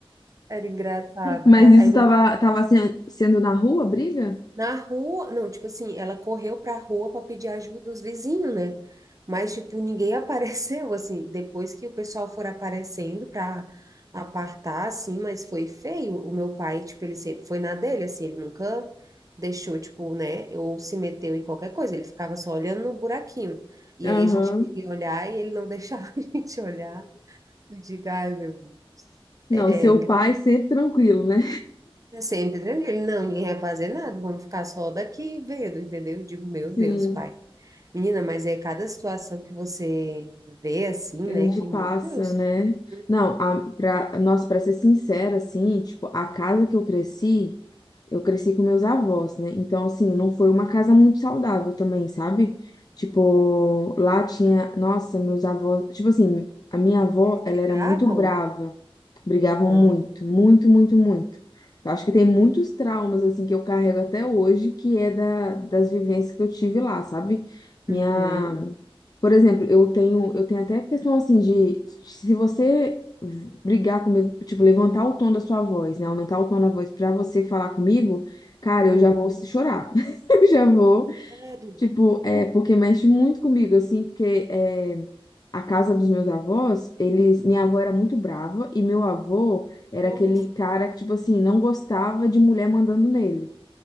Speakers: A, on the right; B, on the left.
A: Era engraçado,
B: Mas
A: cara.
B: isso
A: Aí meu-
B: tava, tava sen- sendo na rua, a briga?
A: na rua, não, tipo assim, ela correu pra rua para pedir ajuda dos vizinhos, né? Mas, tipo, ninguém <laughs> apareceu, assim, depois que o pessoal for aparecendo pra apartar, assim, mas foi feio. O meu pai, tipo, ele sempre foi na dele, assim, ele nunca deixou, tipo, né, ou se meteu em qualquer coisa, ele ficava só olhando no buraquinho. E
B: Aham.
A: aí a gente queria olhar e ele não deixava <laughs> a gente olhar. Eu digo, ai, meu Deus.
B: Não,
A: É,
B: seu
A: é, engraçado.
B: pai sempre tranquilo, né?
A: É sempre tranquilo. Não, ninguém vai fazer nada. Vamos ficar só daqui vendo, entendeu? Eu digo, meu Deus,
B: Sim,
A: pai. Menina, mas é cada situação que você vê assim,
B: que
A: né?
B: a gente
A: Que, meu
B: passa,
A: Deus.
B: né?
A: Uhum.
B: Não, a, pra, nossa, pra ser sincera, assim, tipo, a casa que eu cresci, eu cresci com meus avós, né? Então, assim, não foi uma casa muito saudável também, sabe? Tipo, lá tinha, nossa, meus avós, tipo assim, a minha avó,
A: Eles brigavam?
B: ela era muito brava. Brigavam
A: Ah.
B: muito, muito, muito, muito. Eu acho que tem muitos traumas, assim, que eu carrego até hoje, que é da, das vivências que eu tive lá, sabe? Minha...
A: Uhum.
B: Por exemplo, eu tenho, eu tenho até a questão, assim, de se você brigar comigo, tipo, levantar o tom da sua voz, né? Aumentar o tom da voz pra você falar comigo, cara,
A: Uhum.
B: eu já vou chorar. <laughs> Eu já vou,
A: Sério?
B: tipo, é, porque mexe muito comigo, assim, porque é, a casa dos meus avós, eles, minha avó era muito brava e meu avô era
A: Nossa.
B: aquele cara que, tipo assim, não gostava de mulher mandando nele.